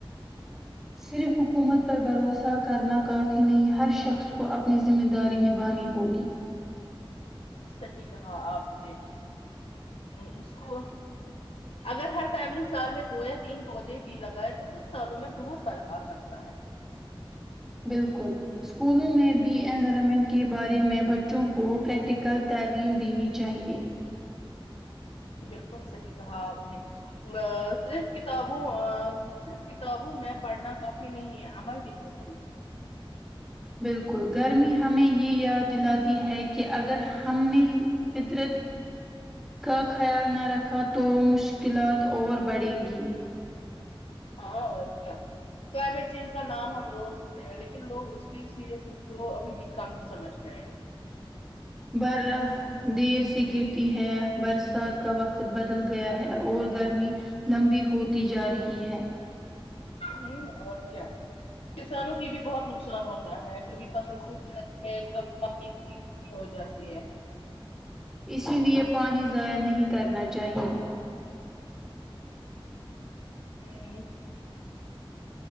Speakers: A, in the centre; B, on the left.
A: صرف حکومت پر بھروسہ کرنا کافی نہیں ہر شخص کو اپ نی ذمہ داری نبھانی ہوگی
B: صحیح کہا آپ نے اس کو
A: ج <unintelligible>
B: اگر ہر فیملی سال میں دو یا تین پودے بھی لگائے تو کچھ سالوں میں بہت فرق آ سکتا ہے
A: بالکل اسکولوں میں بھی انوائرمنٹ کے بارے میں بچوں کو پریکٹیکل تعلیم دینی چاہیے <inaudible>
B: بالکل صحیح کہا آپ نے صرف کتابوں صرف کتابوں میں پڑھنا کافی نہیں ہے عمل بھی ضروری ہے
A: بالکل گرمی ہمیں یہ یاد دلاتی ہے کہ اگر ہم بھی فطرت کا خیال نہ رکھا تو مشکلات اور بڑھیں گی
B: ہاں اور کیا کلائمیٹ چینج کا نام ہم روز لیکن لوگ اس کی سیریسنیس کو ابھی بھی کم سمجھتے ہیں
A: بر دیر سے گرتی ہے برسات کا وقت بدل گیرتی ہے اور گرمی لمبی ہوتی جا رہی ہے
B: ہیں اور کیا کسانوں کی بھی بہت نقصان ہوتا ہے کبھی فصل سوکھ جاتی ہے کبھی ایک ایک ہو جاتی ہے
A: اسی لیے پانی ضائع نہیں کرنا چاہیے
B: ھممم